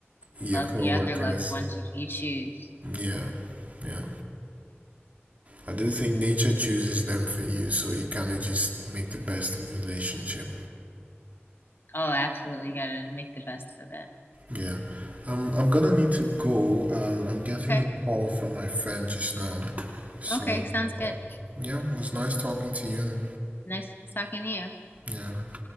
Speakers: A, on the right; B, on the left.
A: Your
B: love,
A: coworkers.
B: the other loved ones you, you choose.
A: Yeah, yeah. I do think nature chooses them for you, so you kind of just make the best of the relationship.
B: Oh, absolutely. You gotta make the best of it.
A: Yeah. Um, I'm gonna need to go. Um, I'm getting
B: Okay.
A: a call from my friend just now. So,
B: Okay. Sounds good.
A: uh, yeah, it was nice talking to you.
B: Nice talking to you.
A: Yeah.